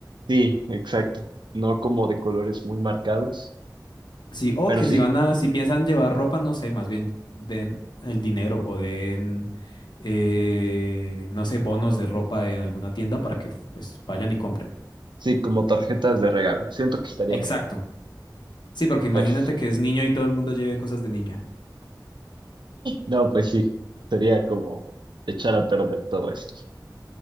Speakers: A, on the right (about 80°); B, on the left (about 75°).
A: Sí, exacto. No como de colores muy marcados,
B: Sí, o
A: pero
B: que
A: sí,
B: si van a, si piensan llevar ropa, no sé, más bien den el dinero o den, eh, no sé, bonos de ropa en alguna tienda para que pues vayan y compren.
A: sí, como tarjetas de regalo. Siento que estaría
B: Exacto.
A: mejor.
B: Sí, porque imagínate
A: Pero <laughs>
B: que es niño y todo el mundo lleve cosas de niña.
A: No, pues sí, sería como echar a perder todo esto.